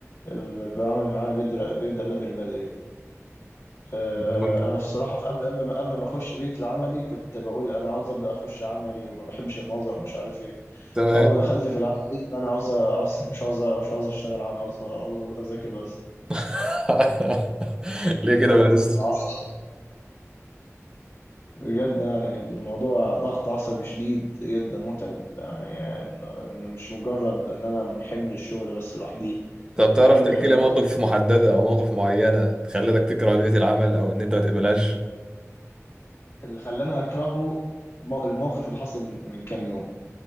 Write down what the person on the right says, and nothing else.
كله
تمام
<laughs> ليه كده
بس
طب
تعرف
تحكي
لي موقف محددة أو مواقف معينة خلتك تكره بيئة العمل أو إن أنت ما تقبلهاش؟